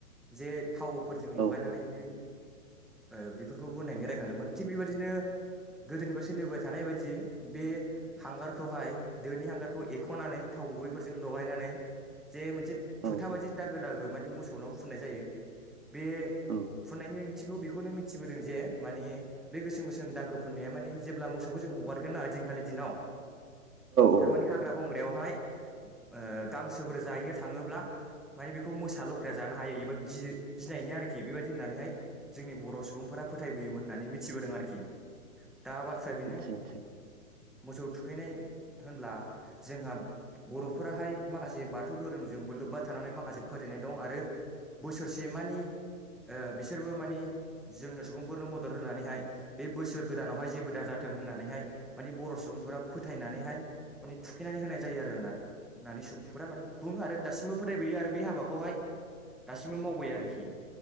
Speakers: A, in the centre; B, on the right.
A: जे थावफोरजों
B: औ
A: लगायनानै बे ओ बेफोरखौ बुनायनि रायखांदोंमोन थिग बेबादिनो गोदोनिफाय सोलिबोबाय थानाय बायदि बे हांगा खौहाय दोनि हांगार खौ एखनानै थाव गुबैफोरजों लगायनानै जे मोनसे
B: औ
A: फोथा बादि दागो दागो मानि मोसौनाव फुननाय जायो बे
B: औ
A: फुननायनि ओंथिखौ बेख खौनो मिथिबोदों जे माने बे गोसोम गोसोम दागो फोननाया माने जेब्ला मोसौखौ जों हगारगोन ओइ दिनखालि दिनाव
B: औ
A: थारमानि हाग्रा बंग्रायावहाय ओ गांसोफोर जाहैनो थाङोब्ला मानि बेखौ मोसा लख्राया जानो हायो एबा गि-गिनायनि आरोखि बेबादि होननानैहाय जोंनि बर सुबुंफोरा फोथायबोयोमोन होननानै मिथिबोदों आरोखि दा बाथ्राया बेनो
B: आदसा आदसा
A: मोसौ थुखैनाय होनब्ला जोंहा बर'फोराहाय माखासे बाथौ धोरोमजोंबो लोब्बा थानानै माखासे फोथायनाय दं आरो बोसोरसे मानि ओ बिसोरबो मानि जोंनो सुबुंफोरनो मदद होनानैहाय बे बोसोर गोदानावहाय जेबो दाजाथों होननानैहाय मानि बर सुबुंफोरा फोथायनानैहाय माने थुखैनानै होनाय जायो आरोना होननानै सुबुंफोरा माने बुङो आरो दासिमबो फोथायबोयो आरो बे हाबाखौहाय दासिमबो मावबोयो आरोखि